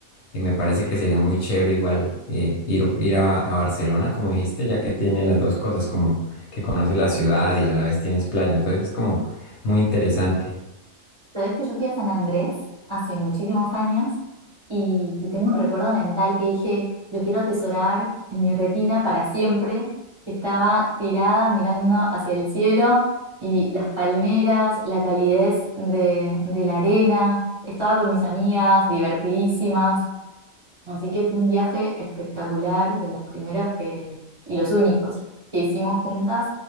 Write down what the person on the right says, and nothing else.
Sabes que yo fui a San Andrés hace muchísimos años y, y tengo un recuerdo mental que dije, lo quiero atesorar en mi retina para siempre. Estaba tirada mirando hacia el cielo y las palmeras, la calidez de, de la arena. Estaba con mis amigas, divertidísimas. Así que fue un viaje espectacular, de los primeros que, y los únicos que hicimos juntas.